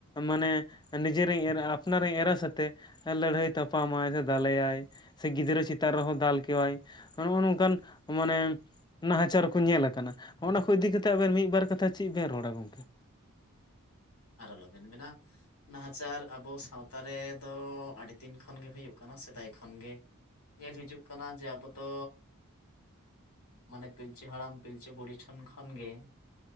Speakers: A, on the left; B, on the left.
A: ᱢᱟᱱᱮ ᱱᱤᱡᱮᱨᱤᱧ ᱮᱨᱟ ᱟᱯᱱᱟᱨᱤᱧ ᱮᱨᱟ ᱥᱟᱛᱮᱜ ᱞᱟᱹᱲᱦᱟᱹᱭ ᱛᱟᱯᱟᱢᱟᱭ ᱥᱮ ᱫᱟᱞᱮᱭᱟᱭ ᱥᱮ ᱜᱤᱫᱽᱨᱟᱹ ᱪᱮᱛᱟᱱ ᱨᱮᱦᱚᱸ ᱫᱟᱞ ᱠᱮᱣᱟᱭ ᱱᱚᱜᱼᱚ ᱱᱚᱝᱠᱟᱱ ᱢᱟᱱᱮᱼᱼ ᱱᱟᱦᱟᱪᱟᱨ ᱠᱚ ᱧᱮᱞ ᱟᱠᱟᱱᱟᱜ ᱱᱚᱜᱱᱟ ᱠᱚ ᱤᱫᱤ ᱠᱟᱛᱮᱫ ᱟᱵᱮᱱ ᱢᱤᱫ ᱵᱟᱨ ᱠᱟᱛᱷᱟ ᱪᱮᱫ ᱵᱮᱱ ᱨᱚᱲᱟ ᱜᱚᱝᱠᱮ
B: ᱟᱨ ᱟᱞᱚᱵᱮᱱ ᱢᱮᱱᱟᱼᱼ ᱱᱟᱦᱟᱪᱟᱨ ᱟᱵᱚ ᱥᱟᱶᱛᱟ ᱨᱮᱫᱚ ᱟᱹᱰᱤ ᱫᱤᱱ ᱠᱷᱚᱱ ᱜᱮ ᱦᱩᱭᱩᱜ ᱠᱟᱱᱟ ᱥᱮᱫᱟᱭ ᱠᱷᱚᱱ ᱜᱮᱼᱼ ᱧᱮᱞ ᱦᱤᱡᱩᱜ ᱠᱟᱱᱟ ᱡᱮ ᱟᱵᱚ ᱫᱚᱼᱼ ᱢᱟᱱᱮ ᱯᱤᱞᱪᱩ ᱦᱟᱲᱟᱢ ᱯᱤᱞᱪᱩ ᱵᱩᱲᱦᱤ ᱴᱷᱮᱱ ᱠᱷᱚᱱ ᱜᱮᱼᱼ